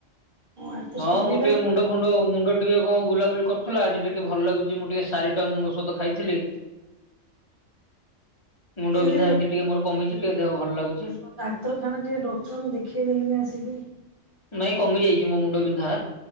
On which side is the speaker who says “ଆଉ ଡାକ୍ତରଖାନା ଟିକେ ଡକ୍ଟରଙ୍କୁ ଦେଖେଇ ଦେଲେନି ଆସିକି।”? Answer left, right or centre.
Right